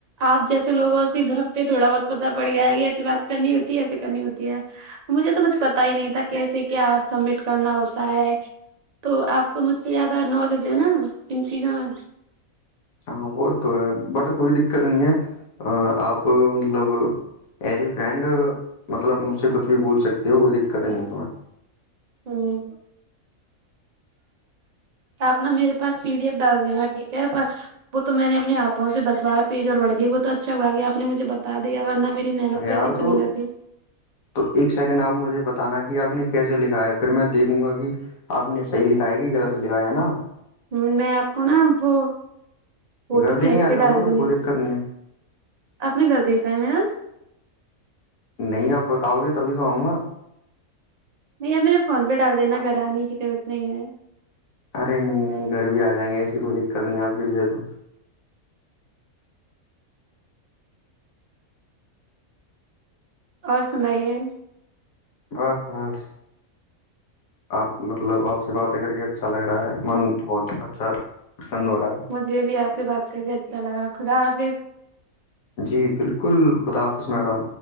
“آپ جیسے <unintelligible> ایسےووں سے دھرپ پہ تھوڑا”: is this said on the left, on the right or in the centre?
Right